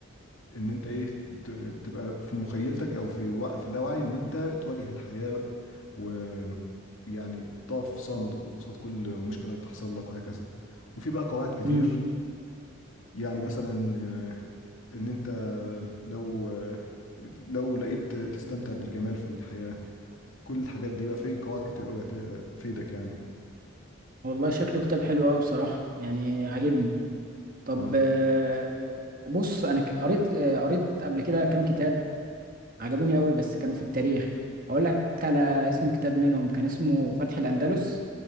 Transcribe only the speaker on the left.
ان انت ايه ت... تبقى في مخيلتك او في و... في اللاوعي ان انت تواجه الحياة ويعني تقف صامد قصاد كل مشكلة تحصل لك وهكذا وفي بقى قواعد كتير
يعني مثلا آه، ان انت لو آه، لو لقيت تستمتع بالجمال في الحياة كل الحاجات دي بقى في قواعد كتير قوي هت- هتفيدك يعني
اه لا